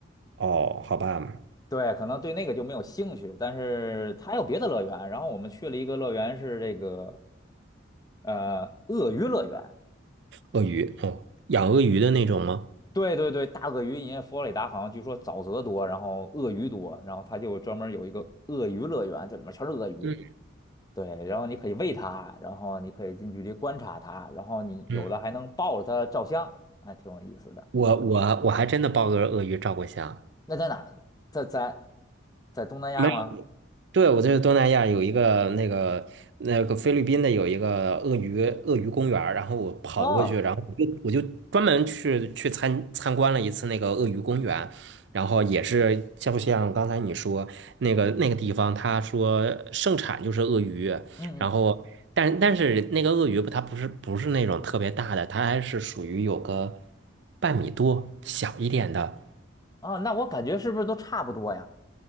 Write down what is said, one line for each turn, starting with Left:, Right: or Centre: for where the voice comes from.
Right: 哦，好吧，
Left: 对，可能对那个就没有兴趣，但是它还有别的乐园。然后我们去了一个乐园，是这个呃鳄鱼乐园。
Right: 鳄鱼，哦，养鳄鱼的那种吗？
Left: 对对对，大鳄鱼，因为佛罗里达好像据说沼泽多，然后鳄鱼多，然后它就专门有一个鳄鱼乐园，这里面全是鳄鱼。
Right: 嗯
Left: 对，然后你可以喂它，然后你可以近距离观察它，然后你有的还能抱着它照相，
Right: 嗯，
Left: 还挺有意思的。
Right: 我我我还真的抱个鳄鱼照过相。
Left: 那在哪儿在在在东南亚吗？
Right: 没对，我这是东南亚有一个那个那个菲律宾的有一个鳄鱼鳄鱼公园儿然后我跑过去，
Left: 哦，
Right: 然后我就我就专门去去参参观了一次那个鳄鱼公园，然后也是像不像刚才你说那个那个地方，他说盛产就是鳄鱼，
Left: 嗯嗯，
Right: 然后但但是那个鳄鱼不它不是不是那种特别大的，它还是属于有个半米多小一点的。
Left: 哦，那我感觉是不是都差不多呀？